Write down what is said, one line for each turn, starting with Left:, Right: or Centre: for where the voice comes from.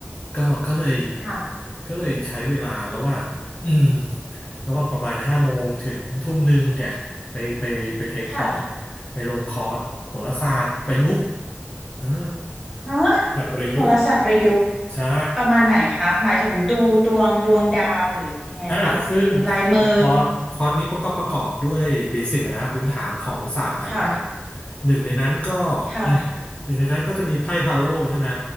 Left: ก็ก็เลย
Centre: ค่ะ
Left: ก็เลยใช้เวลาระหว่างอืมระหว่างประมาณห้าโมงถึงทุ่มหนึ่งเนี่ยไปไปไปเทคคอร์ส
Centre: ค่ะ
Left: ไปลงคอร์สโหราศาสตร์ประยุกต์อ่า
Centre: ฮะ
Left: แบบประยุกต์
Centre: โหราศาสตร์ประยุกต์
Left: ใช่
Centre: ประมาณไหนคะ หมายถึงดูดวงดวงดาวหรือยังไงคะดูลายมือ
Left: อ่าซึ่งซึ่งคอร์สคอร์สนี้ก็ประกอบด้วยเบสิกอะนะพื้นฐานของศาสตร์ต่างๆหนึ่งในนั้นก็
Centre: ค่ะ
Left: <coughs>
Centre: ค่ะ
Left: เออหนึ่งในนั้นก็จะมีไพ่ทาโร่ใช่ไหม